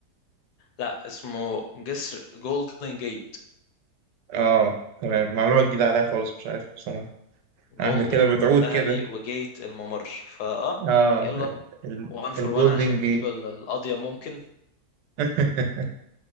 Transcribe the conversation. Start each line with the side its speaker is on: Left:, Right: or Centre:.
Left: لا اسمه جسر جولدن جيت
Right: اه تمام معلومة جديدة عليا خالص مش عارف بصراحة
Left: جولدن
Right: آه، احنا كده بتعود
Left: الذهبي
Right: كده
Left: وجيت الممر فاه
Right: اه ال-
Left: يلا
Right: ال-
Left: وان فور
Right: الجولدن
Left: وان عشان
Right: جيت
Left: نجيب ال- القضية ممكن
Right: <laughs>